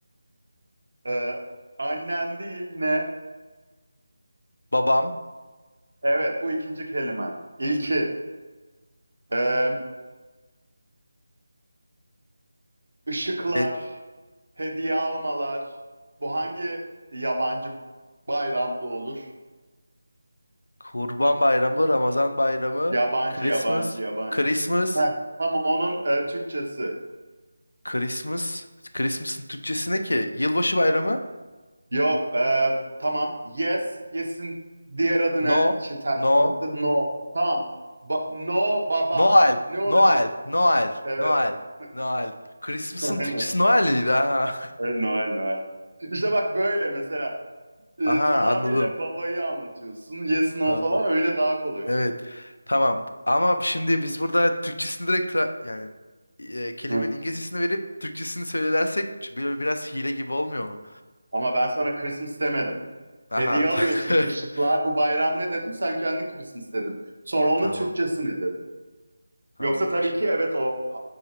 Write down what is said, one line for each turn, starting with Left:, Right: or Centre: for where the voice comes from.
Right: Ee, annen değil ne?
Left: Babam,
Right: Evet bu ikinci kelimen. İlki. Ee, ışıklar.
Left: de,
Right: Hediye almalar. Bu hangi yabancı bayramda olur?
Left: Kurban Bayramı, Ramazan Bayramı,
Right: Yabancı
Left: Christmas,
Right: yabancı yabancı.
Left: Christmas,
Right: Heh, tamam onun e, Türkçesi.
Left: Christmas, Christmas'ın Türkçesi ne ki? Yılbaşı Bayramı?
Right: Yok. e, tamam. Yes. Yes'in diğer adı
Left: No,
Right: ne? İşte ters
Left: no,
Right: zıttı. No. Tamam. Ba- no baba.
Left: Noel,
Right: Ne olabilir?
Left: Noel, Noel,
Right: Evet.
Left: Noel,
Right: <laughs>
Left: Noel. Christmas'ın
Right: Aynen.
Left: Türkçesi Noel miydi? Ha.
Right: Evet, Noel Noel. İşte bak böyle mesela. e,
Left: <laughs> Aha
Right: tamamıyla
Left: anladım.
Right: babayı anlatıyorsun. Yes
Left: Tamam.
Right: no falan öyle daha kolay
Left: Evet.
Right: oluyor.
Left: Tamam. Ama şimdi biz burada Türkçesini direkt tra- yani e, kelimenin
Right: Hı.
Left: İngilizcesini verip Türkçesini söylersek ç- böyle biraz hile gibi olmuyor mu?
Right: Ama ben sana Christmas demedim.
Left: Aha.
Right: Hediye alıyorsun.
Left: <laughs>
Right: Işıklar bu bayram ne dedim? Sen kendin Christmas dedin. Sonra onun
Left: Tamam.
Right: Türkçesi ne dedin?
Left: Tamam.
Right: Yoksa tabii
Left: Şimdi
Right: ki evet o